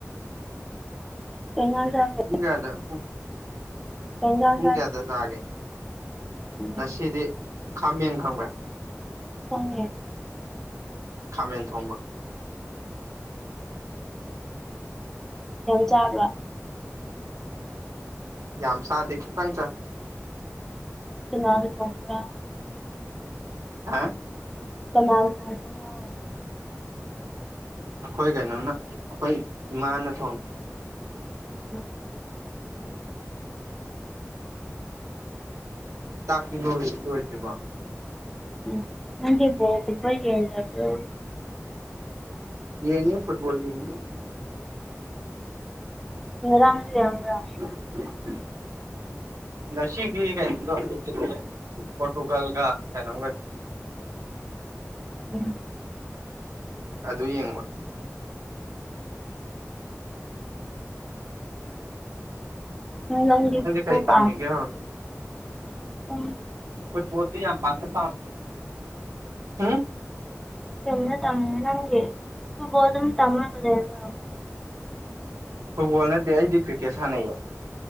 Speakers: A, in the centre; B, on the right.
A: ꯀꯩꯅꯗ <unintelligible>
B: ꯎꯨꯡꯒꯥ ꯑꯗꯨꯡ <unintelligible>
A: ꯀꯩ ꯏꯟꯖꯥꯡ
B: ꯄꯨꯡ ꯀꯌꯥꯗ ꯆꯥꯒꯦ
A: ꯎꯝ
B: ꯉꯁꯤꯗꯤ ꯈꯥꯃꯦꯟ ꯈꯪꯕ꯭ꯔꯥ
A: ꯈꯪꯉꯦ
B: ꯈꯥꯃꯦꯟ ꯊꯣꯡꯕ
A: ꯌꯥꯝ ꯆꯥꯕ
B: ꯌꯥꯝ ꯆꯥꯗꯦ ꯈꯤꯇꯪ ꯆꯥꯏ
A: ꯀꯅꯥꯅ ꯊꯣꯡꯕꯔꯥ
B: ꯍꯥ
A: ꯀꯅꯥꯅ ꯁ <unintelligible> <inaudible>
B: ꯑꯩꯈꯣꯏ ꯀꯩꯅꯣꯅ ꯑꯩꯈꯣꯏ ꯏꯃꯥꯅ ꯊꯣꯡꯉꯦ
A: ꯑ <unintelligible>
B: ꯆꯥꯛꯇꯤ ꯂꯣꯏ ꯂꯣꯏꯗ꯭ꯔꯤꯕꯣ
A: ꯎꯝ ꯅꯪꯗꯤ ꯕꯣꯜ ꯒꯨꯝꯕ ꯌꯦꯡꯗꯕꯔꯣ
B: ꯌꯦꯡꯉꯦ ꯐꯨꯠꯕꯣꯜ ꯌꯦꯡꯉꯦ
A: <unintelligible> ꯌꯥꯝꯕ꯭ꯔꯥ
B: <inaudible> ꯉꯁꯤꯒꯤ ꯀꯩꯅꯣꯗꯣ ꯄꯣꯔꯇꯨꯒꯜꯒ ꯀꯩꯅꯣꯝꯒ
A: <inaudible>
B: ꯑꯗꯨ ꯌꯦꯡꯕ
A: ꯅꯪꯗꯤ ꯐꯨꯠꯕꯣꯜ
B: ꯀꯩ ꯇꯝꯃꯤꯒꯦ
A: ꯄꯝ
B: ꯍꯧꯖꯤꯛ
A: <unintelligible>
B: ꯐꯨꯠꯕꯣꯜꯗꯤ ꯌꯥꯝ ꯄꯥꯝꯅ ꯄꯥꯝꯗꯦ ꯎꯝ
A: ꯀꯅ ꯇꯝ ꯅꯪꯒꯨ ꯐꯨꯠꯕꯥ ꯑꯗꯨꯝ ꯇꯝ ꯂꯩꯅ
B: ꯐꯨꯠꯕꯣꯜ ꯅꯠꯇꯦ ꯑꯩꯗꯤ ꯀ꯭ꯔꯤꯀꯦꯠ ꯁꯥꯟꯅꯩꯌꯦ